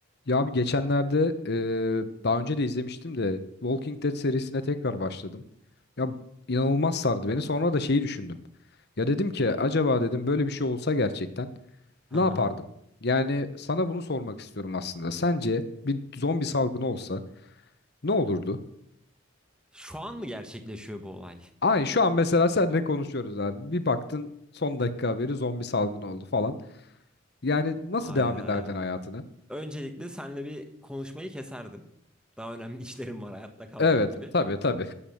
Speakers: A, on the left; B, in the centre.
A: Ya abi geçenlerde eee, daha önce de izlemiştim de Walking Dead serisine tekrar başladım. Ya inanılmaz sardı beni. Sonra da şeyi düşündüm. Ya dedim ki acaba dedim böyle bir şey olsa gerçekten
B: Hı
A: ne
B: hı.
A: yapardım? Yani sana bunu sormak istiyorum aslında. Sence bir zombi salgını olsa ne olurdu?
B: Şu an mı gerçekleşiyor bu olay?
A: Aynı şu an mesela seninle konuşuyoruz abi. Bir baktın son dakika haberi zombi salgını oldu falan. Yani nasıl
B: Ayda.
A: devam ederdin hayatına?
B: Öncelikle seninle bir konuşmayı keserdim. Daha önemli <laughs> işlerim var hayatta kalmak
A: Evet
B: gibi.
A: tabii tabii.